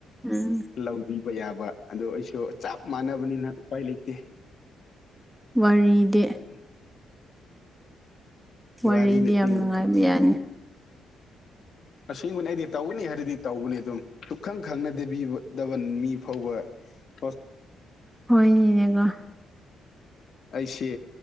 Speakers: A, in the centre; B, on the left.
A: ꯎꯝ
B: ꯂꯧꯕꯤꯕ ꯌꯥꯕ ꯑꯗꯣ ꯑꯩꯁꯨ ꯆꯞ ꯃꯥꯟꯅꯕꯅꯤꯅ ꯎꯄꯥꯏ ꯂꯩꯇꯦ
A: ꯋꯥꯔꯤꯗꯤ
B: <inaudible>
A: ꯋꯥꯔꯤꯗꯤ
B: ꯋꯥꯔꯤ ꯅꯠꯇꯦꯅꯦ
A: ꯌꯥꯝ ꯅꯨꯡꯉꯥꯏꯕ ꯌꯥꯏꯅꯦ
B: ꯑꯁꯦꯡꯅꯦ ꯑꯩꯗꯤ ꯇꯧꯒꯅꯤ ꯍꯥꯏꯔꯗꯤ ꯇꯧꯕꯅꯤ ꯑꯗꯨꯝ ꯁꯨꯈꯪ ꯈꯪꯅꯗꯕꯤ ꯗꯕ ꯃꯤ ꯐꯥꯎꯕ ꯍꯣꯁ
A: ꯍꯣꯏꯅꯦꯅꯦꯒ
B: ꯑꯩꯁꯦ